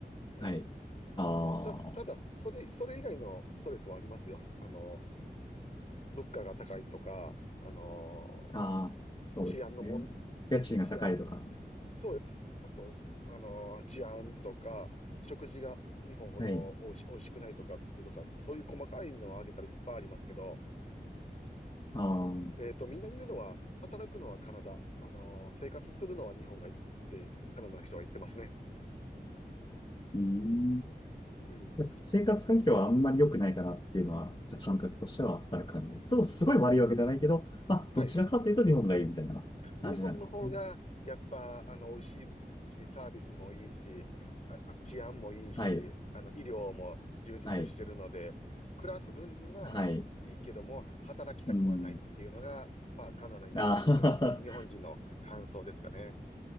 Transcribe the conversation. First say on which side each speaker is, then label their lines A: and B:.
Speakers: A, on the left; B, on the left.
A: うん。
B: はい。あ
A: た、ただ、それ、それ以外のストレスはありますよ。あの、物価が高いとか、あの、
B: あ、ああ、そうですね。
A: 治安のもん、
B: 家賃が高いとか。
A: 治安、そうです。あと、あの、治安とか、食事が日本ほどおいし、
B: はい。
A: おいしくないとかっていうとか、そういう細かいのを挙げたらいっぱいありますけど、
B: ああ、
A: えっと、みんな言うのは、働くのはカナダ、あの、生活するのは日本がいいって、カナダの人は言ってますね。
B: うん。
A: うん。
B: やっぱ生活環境はあんまり良くないかなっていうのは、じゃあ感覚としてはある感じです。そう、すごい悪いわけじゃないけど、まあ、
A: はい。
B: どちらかというと日本がいいみたいな感じなんですかね。
A: 日本の方が、やっぱ、あの、美味しいし、サービスもいいし、あ、あ治安もいいし、
B: はい。
A: あの、医療も充実してるので、
B: はい。
A: 暮らす分にはいいけども、
B: はい。
A: 働きたくはないっていうのが、
B: うん。
A: まあ、カナダに住んでる日本、
B: ああ
A: 日本人の感想ですかね。